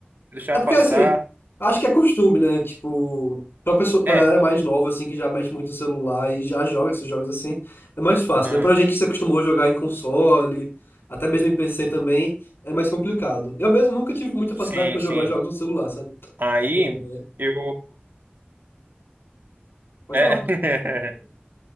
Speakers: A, on the right; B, on the left.
A: deixava
B: É porque,
A: passar.
B: assim, acho que é costume, né? Tipo, pra pessoa, pra
A: É,
B: galera mais nova, assim, que já mexe muito no celular e já joga esses jogos assim, é mais fácil,
A: ah,
B: né? Pra gente que se acostumou a jogar em console, até mesmo em PC também, é mais complicado. Eu mesmo nunca tive muita facilidade
A: sim,
B: pra
A: sim.
B: jogar jogos no celular, sabe?
A: Aí
B: É,
A: eu.
B: Pode
A: É.
B: falar.
A: <laughs>